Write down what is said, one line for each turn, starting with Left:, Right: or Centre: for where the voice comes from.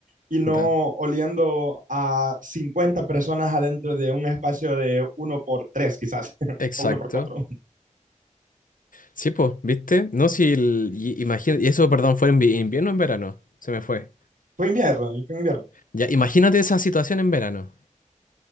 Right: Y no
Left: Puta.
Right: oliendo a 50 personas adentro de un espacio de uno por tres, quizás, <laughs>
Left: Exacto.
Right: o uno por cuatro.
Left: Sí, pues, ¿viste? No, si el... y- imagina- y eso, perdón, fue en vi- invierno o en verano, se me fue.
Right: Fue invierno, y fue invierno.
Left: Ya, imagínate esa situación en verano.